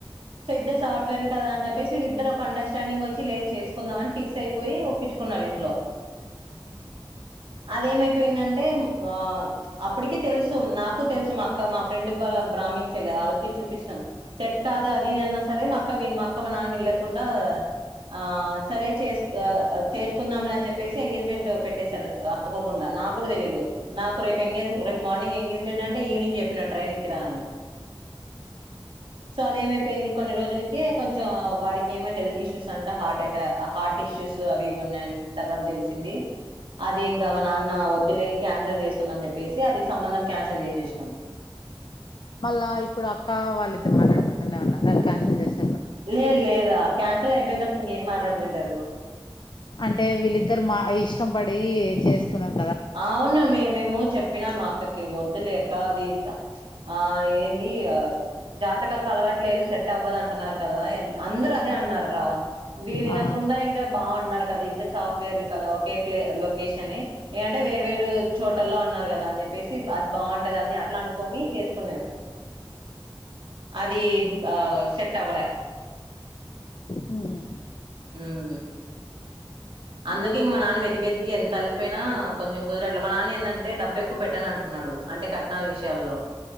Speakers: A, on the right; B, on the left.
A: సో ఇద్ద సాఫ్ట్వేర్లు కదా అని చెప్పేసి వీళ్ళిద్దర్ ఒక అండర్స్టాండింగ్ వచ్చి లేద్ చేస్కుందాం అని ఫిక్స్ అయిపోయి ఒప్పించుకున్నారు ఇంట్లో
B: మ్
A: అదేమైపోయిందంటే మా అప్పటికి తెల్సు నాకు తెల్సు మా అక్క మా ఫ్రెండ్ వాళ్ళ బ్రామిన్స్ <inaudible> ఆళ్ళకి చూపించినం. సెట్ కాద్ అది ఇది అన్న సరే మా అక్క విన్ అక్క మా నాన్న వినిలేకుండా ఆ సరే చేస్ అ చేస్కుందాంలే అన్ చెప్పేసి ఎంగేజ్మెంట్ పెట్టేసార్ అనుకోకుండా నాక్ గుడా తెలీదు నాకు రేప్ ఎంగే రేపు మార్నింగ్ ఎంగేజ్మెంట్ అంటే ఈవినింగ్ చెప్పినార్ ట్రైన్ ఎక్కిరా అని
B: హ్
A: సో అదేమైపోయింది కొన్ని రోజుల్కే కొంచెం వాడిక్ ఏమో హెల్త్ ఇష్యూస్ అంటా హార్ట్ అటాక్ హార్ట్ ఇష్యూస్ స్ అవి ఇవ్ ఉన్నయన్ తర్వాత్ తెల్సింది. అది ఇంకా మా నాన్న వద్దులే క్యాన్సల్ చేస్తున్నా చెప్పేసి అది సంబంధం క్యాన్సల్ చేసేసినం.
B: మళ్ళా ఇప్పుడ్ అక్క వాళ్ళిద్దరు మాట్లాడుకుంటునే ఉన్నారా అది క్యాన్సల్ చేస్
A: లే లేదా క్యాన్సల్ అయిపోయిన్ తర్వాత్ ఇంకేం మాట్లాడ్కుంటరు.
B: అంటే వీళ్ళిద్దరు మా ఇష్టం పడీ చేస్తున్నరు.
A: అవును మే మేము చెప్పినా మా అక్కకి వద్దులే అక్క అది <inaudible> ఆ ఏంది ఆ జాతకాల్ కల్వట్లేదు సెట్ అవ్వద్ అంటున్నారు కదా ఎన్ అందర్ అన్ అదే అన్నార్ రా వీళ్ళు వినకుండా
B: ఆ
A: ఇంకా బాగున్నాడ్ కదా ఇద్దర్ సాఫ్ట్వేర్లు కదా ఒకే ప్లే లొకేష ఏ అంటే వేరు వేరు చోటల్లో ఉన్నారు కదా అని చెప్పేసీ అద్ బాగుంటది అని అట్లా అనుకొని చేస్కున్నారు. అదీ ఆ సెట్ అవ్వల
B: హ్మ్మ్
A: ఊమ్ అందుకె ఇంక మా నాన్న వెతికి వెతికి ఎంత అలిసిపోయినా కొంచెం కుదరట్లే మా నాన్న ఏందంటే డబ్బు ఎక్కువ పెట్టాన్ అంటున్నాడు అంటే కట్నాల విషయాల్లో